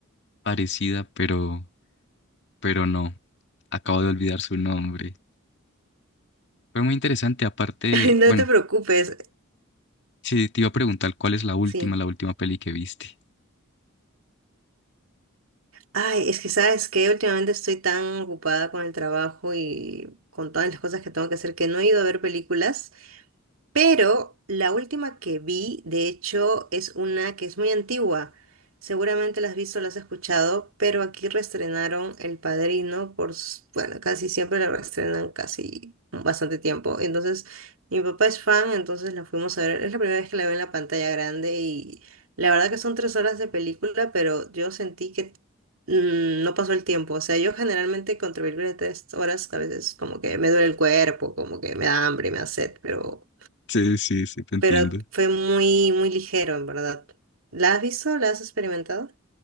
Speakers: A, on the left; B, on the right.
A: parecida, pero, pero no. Acabo de olvidar su nombre. Fue muy interesante. Aparte,
B: <laughs> Ay, No
A: bueno.
B: te preocupes,
A: Sí, te iba a preguntar cuál es la última,
B: sí.
A: la última peli que viste.
B: Ay, es que sabes que últimamente estoy tan ocupada con el trabajo y con todas las cosas que tengo que hacer que no he ido a ver películas. Pero la última que vi, de hecho, es una que es muy antigua. Seguramente la has visto, la has escuchado, pero aquí reestrenaron El Padrino por, s- bueno, casi siempre la reestrenan casi bastante tiempo. Entonces, mi papá es fan, entonces la fuimos a ver. Es la primera vez que la veo en la pantalla grande y la verdad que son tres horas de película, pero yo sentí que mm, no pasó el tiempo. O sea, yo generalmente con películas de tres horas a veces como que me duele el cuerpo, como que me da hambre, me da sed, pero
A: Sí, sí, sí, te entiendo.
B: pero fue muy, muy ligero, en verdad. ¿La has visto? ¿La has experimentado?